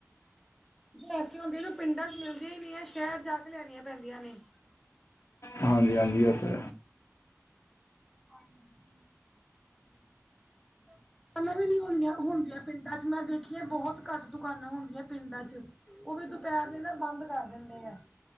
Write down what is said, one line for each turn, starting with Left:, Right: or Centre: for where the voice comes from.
Centre: ਐਸੇ ਹੁੰਦੇ ਜੋ ਪਿੰਡਾਂ ਚ ਮਿਲਦੀ ਹੀ ਨਹੀਂ ਹੈ ਸ਼ਹਿਰ ਜਾ ਕੇ ਲੈਣੀਆਂ ਪੈਂਦੀਆਂ ਨੇ
Left: ਹਾਂਜੀ ਹਾਂਜੀ ਇਹ ਤਾਂ
Centre: ਹਾਂਜੀ <inaudible> ਪਹਿਲਾਂ ਵੀ ਨੀ ਹੁੰਦੀਆਂ ਪਿੰਡਾਂ ਚ ਮੈਂ ਦੇਖੀਆਂ ਬਹੁਤ ਘੱਟ ਦੁਕਾਨਾਂ ਹੁੰਦੀਆਂ ਪਿੰਡਾਂ ਚ ਉਹ ਵੀ ਦੁਪਹਿਰ ਲਈ ਨਾ ਬੰਦ ਕਰ ਦਿੰਦੇ ਆ